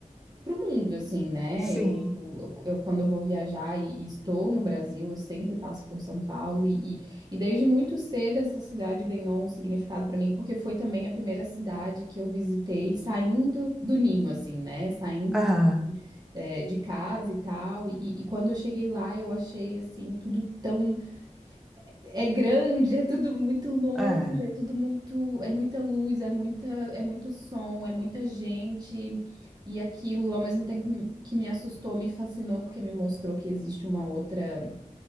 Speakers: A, on the right; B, in the centre.
A: para o mundo, assim, né?
B: sim,
A: Eu, eu, quando eu vou viajar e, e estou no Brasil, eu sempre passo por São Paulo e, e, e desde muito cedo essa cidade ganhou um significado para mim, porque foi também a primeira cidade que eu visitei saindo do ninho, assim, né? Saindo
B: aham,
A: é, de casa e tal. E, e quando eu cheguei lá, eu achei assim, tudo tão. É grande, é tudo muito longe,
B: é.
A: é tudo muito. É muita luz, é muita, é muito som, é muita gente. E aquilo, ao mesmo tempo que me assustou, me fascinou, porque me mostrou que existe uma outra,